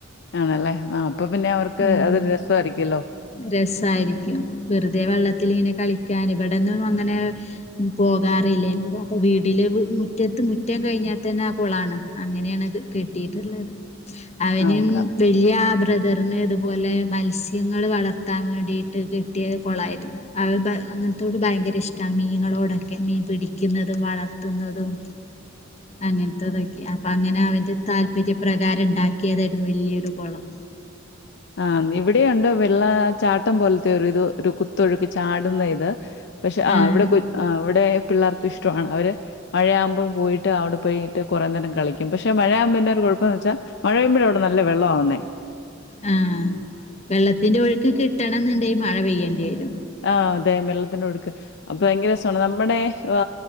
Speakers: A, on the left; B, on the left.
A: ആണല്ലേ ആഹ് അവർക്ക്
B: ഉം
A: അത് ഒരു രസമായിയിക്കുമല്ലോ
B: രസായിരിക്കും വെറുതെ വെള്ളത്തിങ്ങനെ കളിക്കാൻ ഇവി ടെന്ന് വന്നനെ പോകാറില്ലന്ന് അപ്പ വീട്ടില് മു മുറ്റത്ത് മുറ്റം കഴിഞ്ഞാൽ തന്ന കുളാണ് അങ്ങനെയാണത് കിട്ടിട്ടുള്ളത് അവന്
A: ആ
B: വേലിയ ബ്രാദ തന്നെ ഇതുപോലെ മത്സ്യങ്ങൾ വളർത്താൻ വേണ്ടിയിട്ട് കിട്ടിയിരുന്ന് കുളാരുന്നു അത് അങ്ങനെ ത ത്തോട് ബായിങ്കര ഇഷ്ടാ മീൻങ്ങളോടൊക്കെ മീൻ പിടിക്കുന്നതും വളർത്തുന്നതും അങ്ങനത്തതൊക്കെ അപ്പ അങ്ങനെ അവന്റെ താല്പര്യപ്രകാരം ഉണ്ടാക്കിയതായിരുന്നു വലിയൊരു കുളം
A: ആ ഇവിടെയാണ്ട് വെള്ള ചാട്ടം പോലത്തെ ഒരു ഇത് ഒരു കുത്തൊഴുക്ക് ചാടുന്നേ ഇത് പക്ഷെ ആ
B: ആഹ്
A: ഇവിടെ കൊ ആ ഇവിടെ പിള്ളേർക്ക് ഇഷ് ഷ്ട്ടാണ് അവര് മഴയാവുബോ പോയിട്ട് അവിടെ പോയിട്ട് കുറെനേരം കളിക്കും പക്ഷെ മഴയാമ്പോ എന്താ ഒരു കുഴപ്പം എന്ന് വെച്ചാൽ മഴപെയ്യുമ്പോഴാ അവിടെ നല്ല വെള്ളം ആവുന്നേ
B: ആ വെള്ളത്തിന്റെ ഒഴുക്ക് കിട്ടണം എന്നുണ്ടെൽ മഴ പെയ്യേണ്ടി വരും
A: ആ അതെ വെള്ളത്തിന് ഒഴുക്ക് അപ്പൊ ഭയങ്കര രസാണ് നമ്മടെ ആ